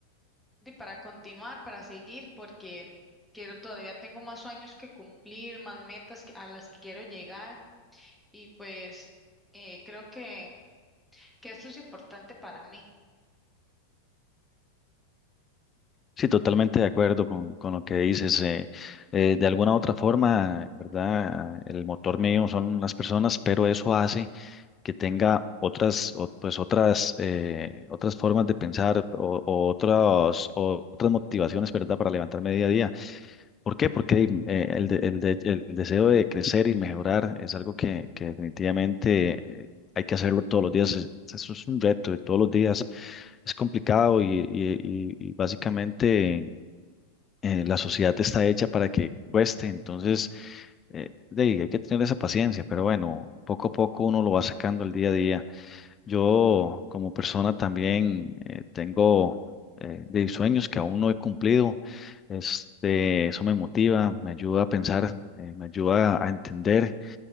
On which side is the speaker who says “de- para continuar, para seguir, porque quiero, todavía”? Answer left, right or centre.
Centre